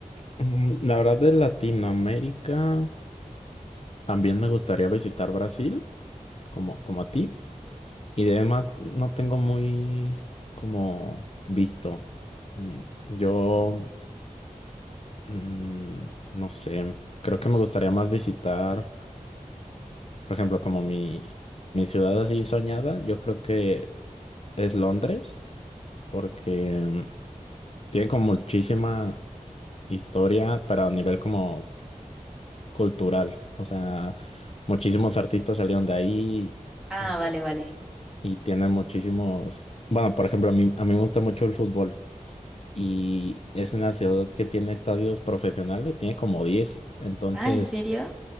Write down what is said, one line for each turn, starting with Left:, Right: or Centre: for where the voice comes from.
Left: Mm, La verdad, de Latinoamérica también me gustaría visitar Brasil, como, como a ti. Y además, no tengo muy como visto. Mm, Yo, mm, no sé, creo que me gustaría más visitar, por ejemplo, como mi, mi ciudad así soñada, yo creo que es Londres, porque mm, tiene como muchísima historia, pero a nivel como cultural. O sea, muchísimos artistas salieron de ahí
Centre: Ah,
Left: eh,
Centre: vale, vale.
Left: y tienen muchísimos... Bueno, por ejemplo, a mí, a mí me gusta mucho el fútbol y es una ciudad que tiene estadios profesionales, tiene como diez entonces
Centre: Ah, ¿en serio?